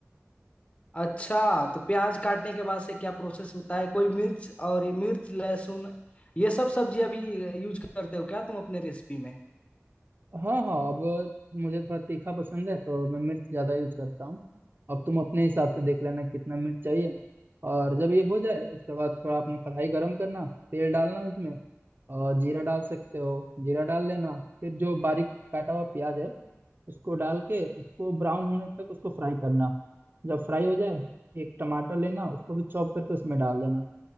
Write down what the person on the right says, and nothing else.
हाँ हाँ अब मुझे थोड़ा तीखा पसंद है तो मैं मिर्च ज़्यादा यूज करता हूँ अब तुम अपने हिसाब से देख लेना कितना मिर्च चाहिए और जब ये हो जाए उसके बाद थोड़ा अपने कढ़ाई गरम करना तेल डालना उसमें और जीरा डाल सकते हो जीरा डाल लेना फिर जो बारीक काटा हुआ प्याज है उसको डाल के उसको ब्राउन होने तक उसको फ्राई करना जब फ्राई हो जाए एक टमाटर लेना उसको भी चॉप करके उसमें डाल देना